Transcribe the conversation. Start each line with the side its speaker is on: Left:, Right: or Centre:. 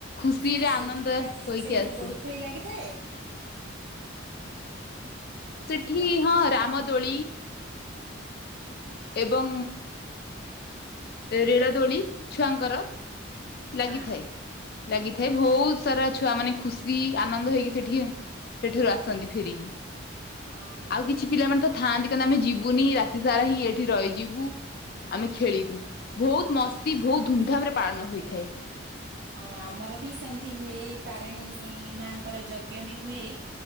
Left: ଖୁସିରେ
Right: ଆଉ ସେଇଠି
Left: ଆନନ୍ଦ
Right: କଣ
Left: ହୋଇକି
Right: ସେଇଠି
Left: ଆସୁ
Right: ଦୋଳି ଫୋଳି ଲାଗିଥାଏ
Left: ସେଠି
Right: ହ୍ୟାଲୋ
Left: ହଁ ରାମଦୋଳି ଏବଂ ରେଳ ଦୋଳି ଛୁଆଙ୍କର ଲାଗିଥାଏ
Right: ହଁ
Left: ଲାଗିଥାଏ ବହୁତ ସାରା ଛୁଆ ମାନେ ଖୁସି ଆନନ୍ଦ ହେଇକି ସେଠି ସେଠାରୁ ଆସନ୍ତି ଫେରିକି
Right: ଓହୋ
Left: ଆଉ କିଛି ପିଲାମାନେ ତ ଥାଆନ୍ତି କହନ୍ତେ ଆମେ ଯିବୁନି ରାତି ସାରା ହିଁ ଏଇଠି ରହିଯିବୁ ଆମେ ଖେଳିବୁ ବହୁତ ମସ୍ତି ବହୁତ ଧୁମଧାମ ରେ ପାଳନ ହୋଇଥାଏ
Right: ହଁ ଆମର ବି ସେମିତି ହୁଏ ତାରିଣୀ ମାଙ୍କର ଯଜ୍ଞ ବି ହୁଏ ଆମ